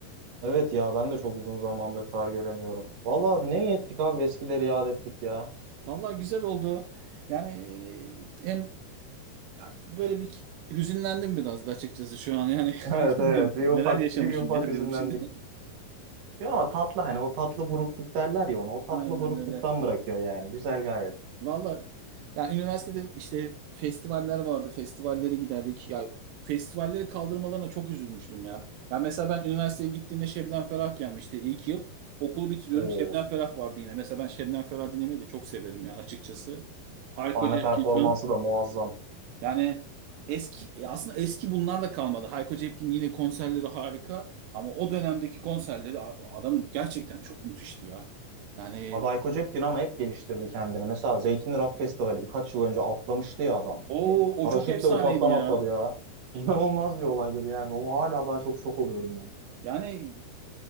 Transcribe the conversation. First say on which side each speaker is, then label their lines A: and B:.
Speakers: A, on the right; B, on the right.
A: Evet ya ben de çok uzun zamandır kar göremiyorum. Vallahi ne ettik abi eskileri yad ettik ya.
B: <laughs> Vallahi güzel oldu. Yani e, hem Ya böyle bir hüzünlendim biraz da açıkçası şu an yani.
A: Evet evet
B: <laughs> Diyorum,
A: bir
B: Neler
A: ufak
B: yaşamışım
A: bir ufak
B: ya
A: üzümden
B: diyorum şimdi.
A: Ya ama tatlı hani o tatlı burukluk derler ya ona. O tatlı
B: <laughs> Aynen
A: burukluktan
B: öyle.
A: bırakıyor yani. Güzel gayet.
B: Valla yani üniversitede işte festivaller vardı. Festivallere giderdik. Ya festivalleri kaldırmalarına çok üzülmüştüm ya. Ya mesela ben üniversiteye gittiğimde Şebnem Ferah gelmişti ilk yıl. Okulu bitiriyorum
A: O
B: Şebnem Ferah vardı yine. Mesela ben Şebnem Ferah dinlemeyi de çok severim yani açıkçası. Hayko
A: sahne
B: Cepkin
A: performansı
B: falan.
A: da muazzam.
B: Yani eski e, aslında eski bunlar da kalmadı. Hayko Cepkin'in yine konserleri harika ama o dönemdeki konserleri a- adamın gerçekten çok müthişti ya. Yani
A: Abi Hayko Cepkin ama hep geliştirdi kendini. Mesela Zeytinli Rock Festivali birkaç yıl önce atlamıştı ya adam.
B: o
A: Hani paraşütle
B: o çok efsaneydi
A: uçaktan
B: ya.
A: atladı ya. <laughs> İnanılmaz bir olaydır yani. O hala daha çok şok oluyorum ben.
B: Yani